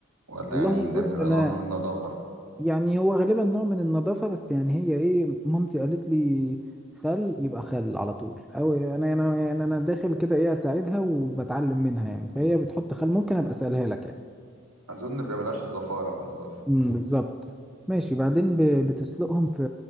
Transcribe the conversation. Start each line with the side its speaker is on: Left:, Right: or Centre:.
Right: ولا
Centre: والله
Right: يعني
Centre: بص
Right: ده بيبقى
Centre: أنا
Right: نوع من النظافه
Centre: يعني هو غالبا نوع من النظافة بس يعني هي إيه مامتي قالت لي خل يبقى خل على طول أو أنا أنا يعني أنا داخل كده إيه أساعدها وبتعلم منها يعني فهي بتحط خل ممكن أبقى أسألها لك يعني
Right: اظن بيعملهاش الزفاره والنظافه
Centre: امم بالظبط ماشي بعدين ب- بتسلقهم في